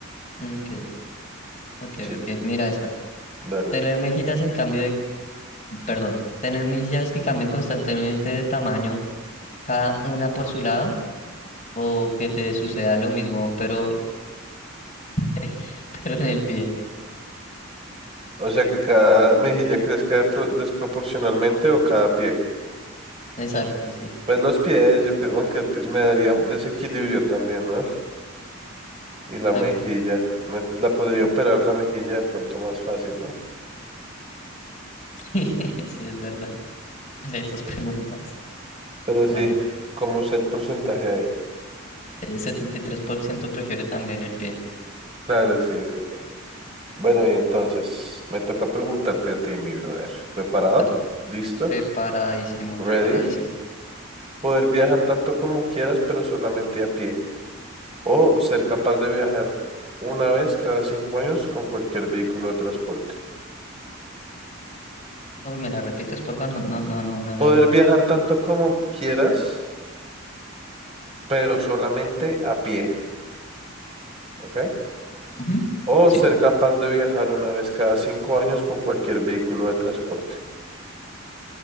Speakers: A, on the left; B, on the right.
A: Ok, ok,
B: Sí,
A: ok. Mira
B: bueno,
A: esta.
B: dale.
A: Tener mejillas en cambio de, perdón, tener mejillas que cambian constantemente de tamaño, cada una por su lado, o que te suceda lo mismo, pero, <laughs> pero en el pie.
B: O sea, que cada mejilla crezca pro- desproporcionalmente o cada pie.
A: Exacto, sí.
B: Pues los pies, yo creo, aunque p- me daría desequilibrio también, ¿no? Y la
A: Ok.
B: mejilla, me, la podría operar la mejilla de pronto más fácil, ¿no?
A: <laughs> Sí, es verdad. <laughs> De esas
B: Sí.
A: preguntas.
B: Pero sí,
A: Bueno,
B: ¿cómo es el porcentaje ahí?
A: el 73% prefiere también el pie.
B: Claro, sí, sí. Bueno, y entonces me toca preguntarte a ti, mi brother. ¿Preparado?
A: Dale.
B: ¿Listo?
A: Preparadísimo,
B: ¿Ready?
A: preparadísimo.
B: Poder viajar tanto como quieras, pero solamente a pie. O ser capaz de viajar una vez cada cinco años con cualquier vehículo de transporte.
A: Uy, ¿me la repites, porfa? No, no, no, no la...
B: Poder viajar tanto como quieras, pero solamente a pie, ¿ok?
A: Ujú.
B: O
A: Sí.
B: ser capaz de viajar una vez cada cinco años con cualquier vehículo de transporte.